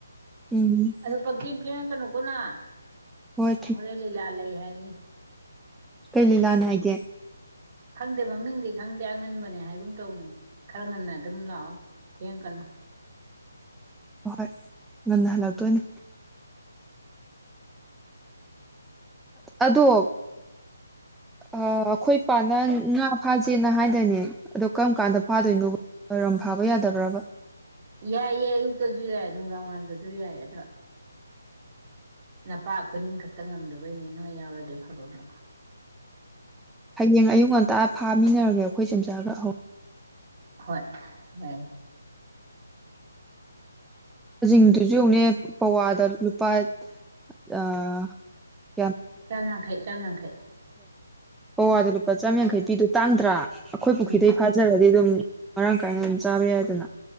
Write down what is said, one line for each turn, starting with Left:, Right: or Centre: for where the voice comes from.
Centre: ꯎꯝ
Right: ꯑꯗꯨꯣ ꯄꯪꯈꯦꯡ ꯈꯦꯡꯅ ꯀꯩꯅꯣ ꯄꯨꯅ
Centre: ꯍꯣꯏ
Right: ꯍꯔꯦ ꯂꯤꯂꯥ ꯂꯥꯏ ꯍꯥꯏꯅꯤ
Centre: ꯀꯂ ꯂꯅ ꯍꯥꯏꯦ
Right: ꯈꯪꯗꯦ ꯃꯃꯤꯡꯗꯤ ꯈꯪꯗꯦ ꯑꯉꯟꯕꯅꯦ ꯍꯥꯏꯒꯨꯝ ꯇꯧꯅꯤ ꯈꯔ ꯉꯟꯅ ꯑꯗꯨꯝ ꯂꯥꯛꯑꯣ ꯀ ꯀꯅꯥ
Centre: ꯑꯍꯣꯏ ꯉꯟꯅ ꯍꯜꯂꯛꯇꯣꯏꯅꯦ ꯑꯗꯣ ꯑꯩꯈꯣꯏ ꯏ ꯄꯥꯅ ꯉꯥ ꯐꯥꯖꯦꯅ ꯍꯥꯏꯅꯅꯦ ꯑꯗꯣ ꯀꯔꯝ ꯀꯥꯟꯗ ꯐꯥꯗꯣꯏꯅꯣꯝ ꯐꯥꯕ ꯌꯥꯗꯕ꯭ꯔꯕ
Right: ꯌꯥꯏ ꯌꯥꯏ ꯏ ꯇꯁꯨꯨ ꯌꯥ ꯅꯨꯡꯗꯥꯡ ꯋꯥꯏꯔꯝꯗꯖꯨ ꯌꯥꯏ ꯑꯗꯣ ꯅꯄꯥ ꯑꯈꯣꯏ ꯅꯤꯡ ꯈꯛ ꯍꯦꯛꯇ ꯉꯝꯗꯕꯩꯅꯤ, ꯅꯣꯏ ꯌꯥꯎꯔꯗꯤ ꯐꯕ ꯃꯨꯛ꯫
Centre: ꯍꯌꯦꯡ ꯑꯌꯨꯛ ꯉꯟꯇꯥ ꯐꯥꯃꯤꯟꯅꯔꯒꯦ ꯑꯩꯈꯣꯏ ꯆꯦꯝꯆꯥꯒ ꯍꯧ
Right: ꯍꯣꯏ, ꯌꯥꯏꯌꯦ꯫
Centre: <unintelligible> ꯌꯦꯡꯉꯨꯅꯦ ꯄꯋꯥꯗ ꯂꯨꯄꯥ ꯑ
Right: ꯆꯥꯝ ꯌꯥꯡꯈꯩ, ꯆꯥꯝ ꯌꯥꯡꯈꯩ꯫
Centre: ꯄꯧꯋꯥꯗ ꯂꯨꯄꯥ ꯆꯥꯝꯌꯥꯡꯈꯩ ꯄꯤꯗꯣ ꯇꯥꯡꯗ꯭ꯔꯥ꯫ ꯑꯈꯣꯏ ꯄꯨꯈ꯭ꯔꯤꯗꯩꯩ
Right: ꯎꯝ
Centre: ꯐꯥꯖꯔꯗꯤ ꯗꯨꯝ ꯃꯔꯥꯡ ꯀꯥꯏꯅ ꯑꯗꯨꯝ ꯆꯥꯕ ꯌꯥꯏꯗꯅ꯫